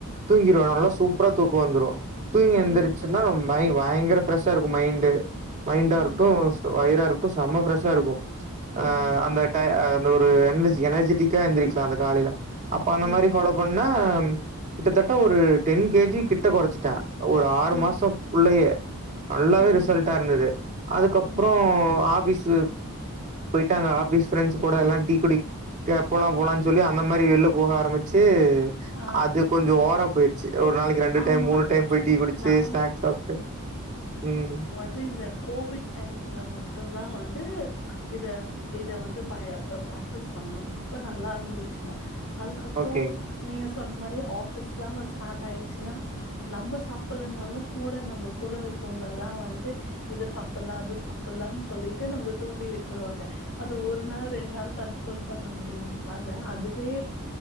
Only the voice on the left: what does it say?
ம்.
ம்.
ம்.
ம்.
ம்.
ம்.
ம்.
ம்.
ஆ
ஆமா.
நான்
து இந்த கோவிட் டைம்ல மட்டு தா வந்து இத இத வந்து பய பிராக் பிஸ் பண்னோ அப்ப நல்லா இருந்துச்சுங்க அதுக்கப்ரோ
நீங்க சொன்ன மாதிரி ஆபீஸ்லாம் ஸ்டார்ட் ஆயிிரு சுனா நம்ப சாப்பிடலனாலும் கூட நம்ப கூடருக்கவங்கலா வந்து இத சாப்பிலாம் அத சாப்பிலாம்னு சொல்லிட்டு நம்மள தூண்டி விட்டுருவாங்க அது ஒரு நாள் ரெண்டு நாள் கண்ட்ரோல் பண்ண முடியும் நம்மளால அதுவே